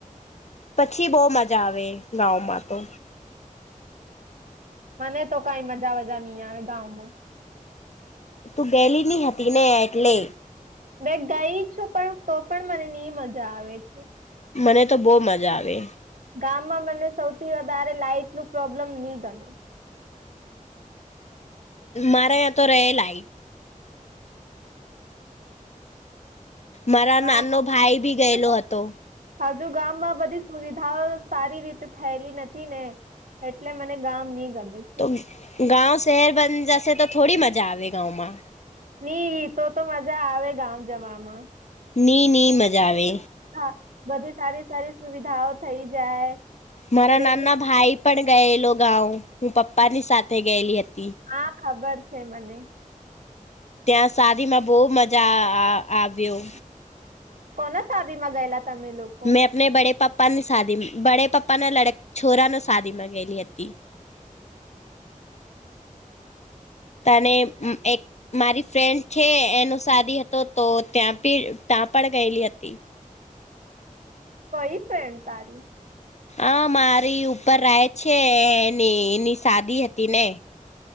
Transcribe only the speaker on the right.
મને તો કઈ મજા વજા નહી, આવે ગામમા
બે ગઈ છુ, પણ તો પણ મને હ મજા આવે છે.
ગામમા, મને સૌથી વધારે લાાઈટનુ પ્રોબ્લમ ની ગણુ
ગામ
<unintelligible>
હજુ ગામમાં બધી સુવિધાઓ સારી, રીતે થયેલી નથી ને એટલે મને ગામ ની ગમે છે
ઈ તો તો મજા, આવે ગામ જવામા
હા, બધી સારી -સારી સુવિધાઓ થઈ જાય.
દરેક
હા, ખબર છે, મને
કોના શાદીમા ગયેલા તમે લોકો?
કઈ ફ્રેન્ડ તારી